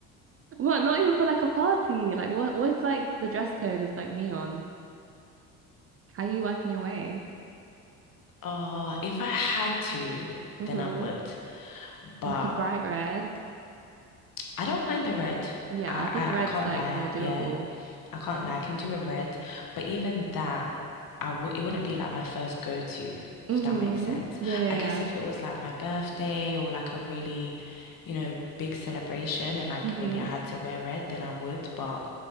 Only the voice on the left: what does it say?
Oh, if I had to,
then I would. But
I don't mind the red.
I
I,
I can't
lie.
Yeah. I can't lie, I can do a red, but even that, I w it wouldn't be like my first go-to, if
that makes sense.
I guess
if it was like my birthday or like a really, you know, big celebration and like
maybe I had to wear red, then I would, but